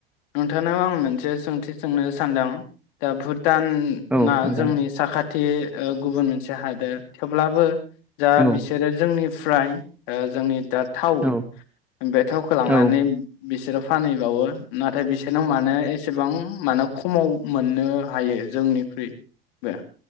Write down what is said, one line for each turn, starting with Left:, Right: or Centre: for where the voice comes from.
Left: नोंथांनाव आं मोनसे सोंथि सोंनो सानदों दा भुत भुटान
Centre: औ
Left: ना
Centre: थांजागोन
Left: जोंनि साखाथि ओ गुबुन मोनसे हादोर। थेवब्लाबो जा
Centre: औ
Left: बिसोरो जोंनि फ्राय ओ जोंनि दा थाव
Centre: औ
Left: बे थावखौ लांनानै
Centre: औ
Left: बिसोरो फानहैबावो नाथाय बिसोरनाव मानो एसेबां मानो खमाव मोननो हायो जोंनिख्रुइबो।